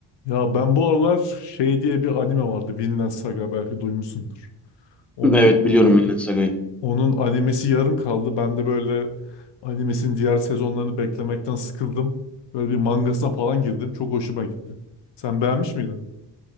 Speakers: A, on the left (about 60°); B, in the centre.
A: Ya ben bu aralar şey diye bir anime vardı. Vinland Saga belki duymuşsundur. Onun
B: Evet biliyorum
A: o-
B: Vinland Saga'yı.
A: onun animesi yarım kaldı. Ben de böyle animesinin diğer sezonlarını beklemekten sıkıldım. Böyle bir mangasına falan girdim. Çok hoşuma gitti. Sen beğenmiş miydin?